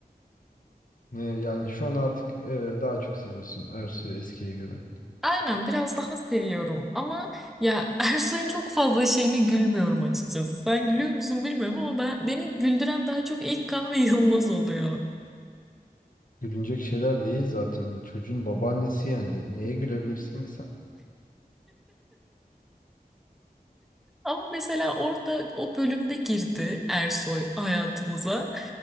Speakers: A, on the left; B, in the centre.
A: Ee, yani şu an artık e, daha çok seviyorsun Ersoy'u eskiye göre.
B: Aynen biraz daha seviyorum ama ya Ersoy'un çok fazla şeyine gülmüyorum açıkçası. Sen gülüyor musun bilmiyorum ama ben beni güldüren daha çok İlkan ve Yılmaz oluyor.
A: Gülünecek şeyler değil zaten. Çocuğun babaannesi yendi. Neye gülebilirsin ki sen?
B: Ama mesela orada o bölümde girdi Ersoy hayatımıza